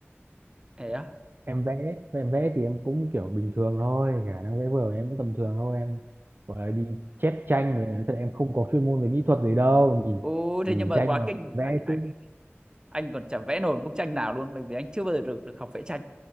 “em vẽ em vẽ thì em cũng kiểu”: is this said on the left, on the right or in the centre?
Right